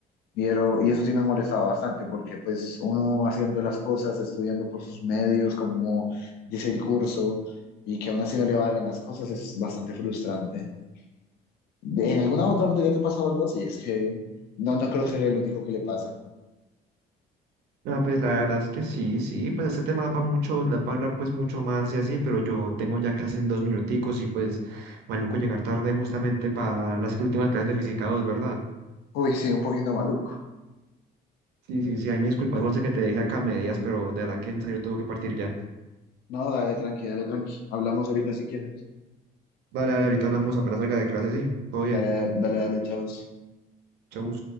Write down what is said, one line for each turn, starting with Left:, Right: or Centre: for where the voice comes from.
Left: Y, era- y eso sí me molestaba bastante porque pues uno haciendo las cosas, estudiando por sus medios, como dice el curso, y que aún así no le valgan las cosas, es bastante frustrante. ¿En alguna otra materia te ha pasado algo así? Es que no, no creo ser el único que le pase.
Right: Ah, pues la verdad es que sí, sí, pues este tema va mucho, da para hablar pues mucho más y así, pero yo tengo ya clases en dos minuticos y pues maluco llegar tarde justamente para las <laughs> últimas clases de física 2, ¿verdad?
Left: Uy, sí, un poquito maluco.
Right: Sí, sí, sí, ahí me disculpas, Juanse, que te dejé acá a medias, pero de verdad que en serio tengo que partir ya.
Left: No, dale, tranqui, dale, tranqui. Hablamos ahorita si quieres.
Right: Vale, vale, ahorita hablamos apenas salga de clase, sí. Todo bien.
Left: Dale, dale, dale, chao.
Right: Chau.